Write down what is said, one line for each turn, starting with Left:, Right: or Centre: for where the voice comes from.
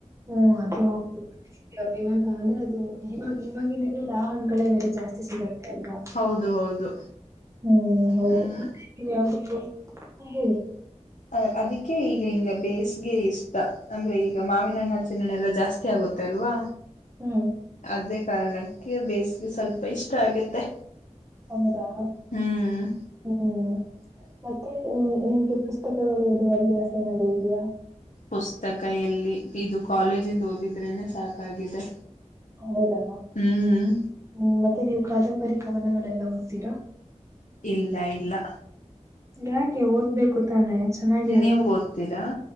Right: ಹ್ಮ್ ಅದು ಹೌದು <unintelligible> ಆದ್ರೆ ಅದು ಇವಾಗ ಇವಾಗಿಂದ ಇದ್ರಲ್ಲ ಆ ಹಣ್ಗಳೇ ಬೇರೆ ಜಾಸ್ತಿ ಸಿಗದು. ಅಲ್ವಾ
Left: ಹೌದು ಹೌದು
Right: ಹ್ಮ್ ಹೌದು
Left: ಹ್ಮ್
Right: ಮತ್ತೆ ಯಾವಧು ಫ್ರೂಟ್ ಹಾ ಹೇಳಿ.
Left: ಅ ಅದಕ್ಕೆ ಈಗ ಹಿಂಗ್ ಬೇಸ್ಗೆ ಇಷ್ಟ ಅಂದ್ರೆ ಇ ಈಗ ಮಾವಿನ ಹಣ್ಣ ಹಲಸಿನಹಣ್ಣ ಜಾಸ್ <inaudible> ಗೊತ್ತ ಅಲ್ವಾ
Right: ಹ್ಮ್
Left: ಅದೆ ಕಾರಣ. ಬೇಸಿಗೆ ಸ್ವಲ್ಪ ಇಷ್ಟ ಆಗತ್ತೆ
Right: ಹೌದಾ
Left: ಹ್ಮ್.
Right: ಹ್ಮ್ ಮತ್ತೆ ನಿಮ್ಗೆ ಪುಸ್ತಕಗಳು ಓದುವ ಅಭ್ಯಾಸ ಏನಾದ್ರು ಇದೆಯಾ.
Left: ಪುಸ್ತಕ ಎಲ್ಲಿ ಇದು ಕಾಲೇಜಿಂದ ಓದಿದ್ರೇನೆ ಸಾಕಾಗಿದೆ.
Right: ಹೌದಾ
Left: ಹ್ಮ್
Right: ಹ್ಮ್ ಮತ್ತೆ ನೀವು ಕಾದಂಬರಿ ಕವನಗಳೆಲ್ಲ. ಓದುತ್ತಿರ.
Left: ಇಲ್ಲ ಇಲ್ಲ.
Right: ಯಾಕೆ ಓದ್ಬೇಕು ತಾನೆ ಚೆನ್ನಾಗಿರತ್ತೆ
Left: ನೀವು ಓದ್ತೀರಾ